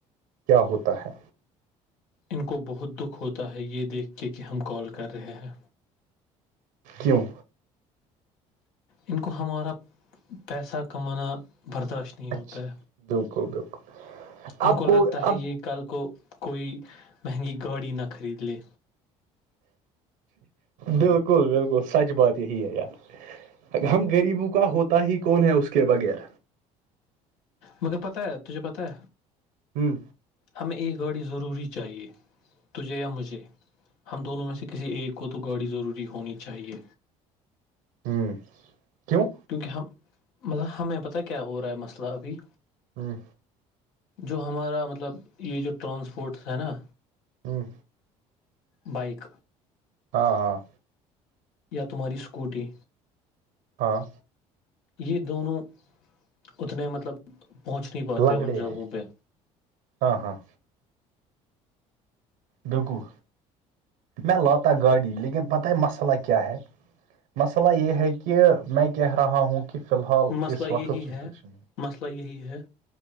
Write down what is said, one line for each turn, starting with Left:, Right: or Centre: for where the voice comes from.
Right: کیا ہوتا ہے
Left: ان کو بہت دکھ ہوتا ہے یہ دیکھ کے کہ ہم کال کر رہے ہیں
Right: کیوں
Left: ان کو ہمارا پیسہ کمانا برداشت ہوتا
Right: اچھا
Left: ہے
Right: بالکل بالکل
Left: ان
Right: اب
Left: کو لگتا ہے
Right: اب
Left: یہ کل کو کوئی مہنگی گاڑی نہ خرید لے
Right: بالکل بالکل سچ بات یہی ہے یار ہم غریبوں کا ہوتا ہی کون ہے اس کے بغیر
Left: مجھے پتہ ہے تجھے پتہ ہے
Right: ہوں
Left: ہمیں ایک گاڑی ضروری چاہیے تجھے یا مجھے ہم دونوں میں سے کسی ایک کو تو گاڑی ضروری ہونی چاہیے
Right: ہوں کیوں
Left: کیونکہ ہم مطلب ہمیں پتاہ کیا ہو رہا ہے مسئلہ ابھی
Right: ہوں
Left: جو ہمارا مطلب یہ جو ٹرانسپورٹ ہے نا
Right: ہوں
Left: بائک
Right: ہاں ہاں
Left: یا تمہاری اسکوٹی
Right: ہاں
Left: یہ دونوں اتنے مطلب پہنچ نہیں پاتے
Right: لنگڑے
Left: ان جگہوں
Right: ہیں
Left: پہ
Right: ہاں ہاں بلکل کو میں لاتا گاڑی لیکن پت ہے مسئلہ کیا ہے مسئلہ مسئلہ یہ ہے کہ میں کہہ رہا ہوں کہ فی الحال
Left: مسئلہ
Right: اس وقت
Left: یہی
Right: سچویشن
Left: ہے
Right: میں
Left: مسئلہ یہی ہے